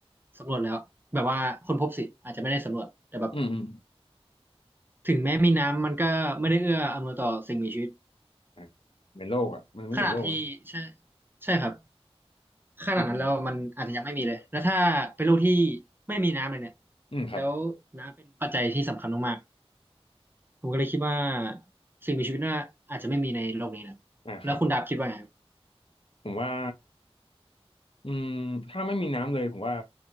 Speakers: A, on the right; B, on the left.
A: สำรวจแล้วแบบว่าค้นพบสิอาจจะไม่ได้สำรวจแต่แบบ
B: อืมอืม
A: ถึงแม้มีน้ำมันก็ไม่ได้เอื้ออำนวยต่อสิ่งมีชีวิต
B: อ่ะเหมือนโลกอ่ะมันไม่เหมือนโลกนะ
A: ขนาดที่ใช่ใช่ครับขนาดนั้นแล้วมันอาจจะยังไม่มีเลยแล้วถ้าเป็นโลกที่
B: อืมอืม
A: ไม่มีน้ำเลยเนี่ย
B: อืมครับ
A: แล้วน้ำเป็นปัจจัยที่สำคัญมาก ผมก็เลยคิดว่าสิ่งมีชีวิตน่าอาจจะไม่มีในโลกนี้นะแล้วคุณดับคิดว่าไงครับ
B: อ่าครับผมว่า อืมถ้าไม่มีน้ำเลยผมว่า